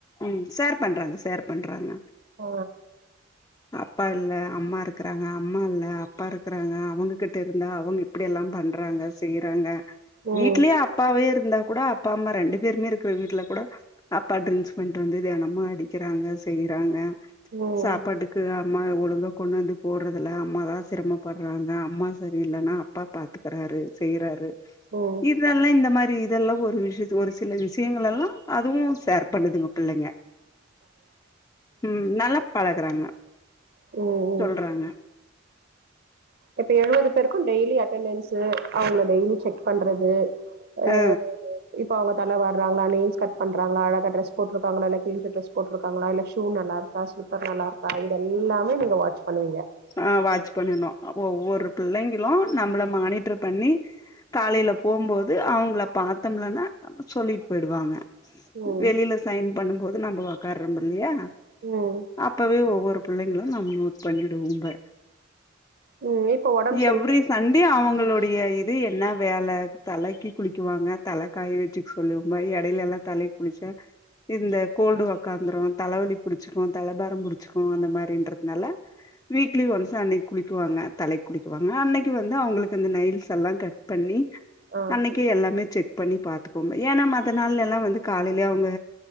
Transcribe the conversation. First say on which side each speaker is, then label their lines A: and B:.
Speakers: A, on the left; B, on the right.
A: ம் ஷேர் பண்றாங்க ஷேர் பண்றாங்க
B: ஓ
A: அப்பா இல்ல அம்மா இருக்கறாங்க அம்மா இல்ல அப்பா இருக்கறாங்க அவங்ககிட்ட இருந்தா அவங்க இப்டியெல்லா பண்றாங்க செய்ய றாங்க
B: ம்
A: வீட்லே அப்பாவே இருந்தா கூட அப்பா அம்மா ரெண்டு பேரு மே இருக்கு வீட்ல கூட அப்பா டரிங்க்ஸ் பண்ணிட்டு வந்து தெனமு அம்மா அடிக்கிறாங்க செய்யறாங்க
B: ம்
A: சாப்பாட்டுக் கு அம்மாவ ஒழுங்க கொண்டு வந்து போடுறதுல அம்மாதா சிரமபடுறாங்க அம்மா சரியில்லனா அப்பா பாத்க்கிறாரு செய்யறாரு
B: ம்
A: இத் இதெல்லா இந்த மாரி இதெல்லா ஒரு விஷ்யத் ஒரு சில விஷயங்க எல்லா அதுவு ஷேர் பண்ணுதுங்க பிள்ளைங்க ம் நல்லா பழகுறாங்க
B: ம் ம்
A: சொல்றாங்க
B: இப்ப எழுவது பேருக்கு டெய்லி அட்டெண்டன்ஸ்சு அவங்கள டெய்லி செக் பண்றது அ
A: ஆ
B: <inaudible> இப்ப அவங்க தல வார்றாங்களா நெயில்ஸ் கட் பண்றாங்களா அழகா டிரஸ் போட்ருக்காங்களா இல்ல கிழிஞ்ச ட்ரஸ் போட்ருக்காங்களா இல்ல ஷூ நல்லா இருக் க்கா சூப்பர் நல்லாருக்கா இது எல்லாமே நீங்க வாட்ச் பண்ணுவீங்க
A: ஆ வாட்ச் பண்ணணு ஒவ்வொரு புள்ளைங்களு நம்ள மானிட்ரு பண்ணி காலைல போம்போது அவங்கள பாத்தம்லனா சொல்லிட்டு போயிடுவாங்க
B: ம்
A: வெளில சைன் பண்ணும்போது நம்ம ஒக்கார்ரம் இல்லையா
B: ம்
A: அப்பவே ஒவ்வொரு புள்ளைகளு நம் நோட் பண்ணிடுவோம்ப
B: ம் இப்ப ஒடம்பு சரியில்ல
A: எவ்ரி சண்டடே அவங்களுடைய இது என்ன வேல தலைக்கி குளிக்குவாங்க தல காய வச்சுக்க சொல்லும்மா எடைலலா தலைக்குளிச்சா இந்த கோல்டு ஒக்காந்துரு தலவலி புடிச்சிக்கு தலபாரம் புடிச்சிக்கு அந்த மாரின்றதுனால வீக்லி ஒன்ஸ் அன்னைக்கு குளிக்வாங்க தலை குளிக்வாங்க அன்னைக்கு வந்து அவுங்களுக்கு அந்த நைல்ஸ் எல்லா கட் பண்ணி
B: ஆ
A: அன்னைக்கே எல்லாமே செக் பண்ணி பாத்க்கோங்க ஏனா மத்த நாள் எல்லா வந்து காலைலே அவுங்க